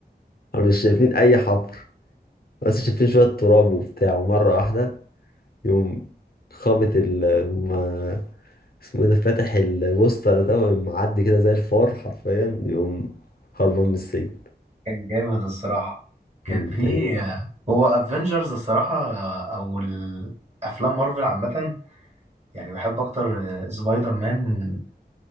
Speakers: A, on the left; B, on the right.
A: احنا مش شايفين اي حفر بس شايفين شويه تراب وبتاع ومره واحده يقوم خابط ال يقوم آه، اسمه ايه ده فاتح البوستر ده ويقوم معدي كده زي الفار حرفيا يقوم هربان من السجن
B: كان جامد الصراحة كان
A: مم.
B: في
A: يعني
B: هو افنجرز الصراحة او الافلام مارفل عامة يعني بحب اكتر سبايدر مان